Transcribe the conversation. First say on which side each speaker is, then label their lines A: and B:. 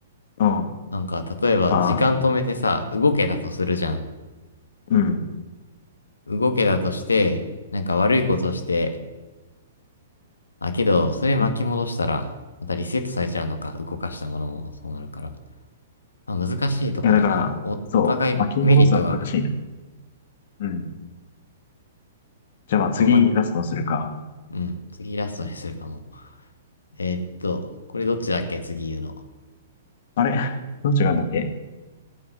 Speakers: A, on the left; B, on the left.
A: うん。あ
B: なんか、例えば時間止めてさ、
A: あ、
B: 動けたとするじゃん。
A: うん。
B: 動けたとして、なんか悪いことして、あ、けど、それ巻き戻したら、
A: うん。い
B: またリセットされちゃうのか、動かしたものもそうなるから。まあ、難しいとこだな。
A: や、だから、
B: お、
A: そう、
B: お互いメリットが、
A: 巻き戻すは難しいな。うん。じゃあまあ次、
B: 本当ま、
A: ラストにするか。
B: うん、次ラストにするかも。えーっと、これどっちだっけ次言うの。
A: あれ <laughs> どっちがあるんだっけ